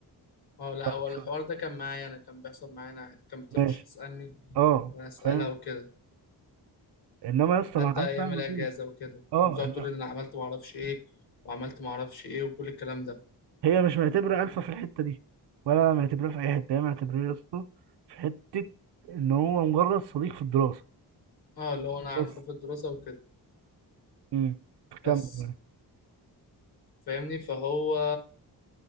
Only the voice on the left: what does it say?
اه لا
هو الحوار ده كان معايا انا كان بيحصل معانا عادي كانت بتخش
تسألني
وانا اسألها
وكده
حتى
ايام
الاجازة وكده
كانت بتقعد
تقول لي إن انا عملت ما اعرفش ايه وعملت ما اعرفش ايه وكل الكلام ده
اه اللي هو انا عارفة
في الدراسة وكده
بس
فاهمني فهو